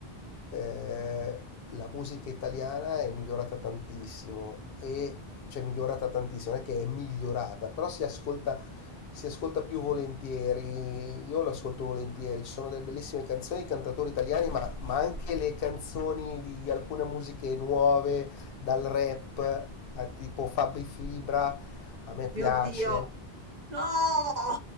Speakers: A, on the left; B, on the right.
A: eh, la musica italiana è migliorata tantissimo e cioè migliorata tantissimo, non è che è migliorata, però si ascolta, si ascolta più volentieri, io l'ascolto volentieri, ci sono delle bellissime canzoni, cantatori italiani, ma, ma anche le canzoni di alcune musiche nuove, dal rap a tipo Fabi Fibra, a me piace.
B: Mio Dio, no!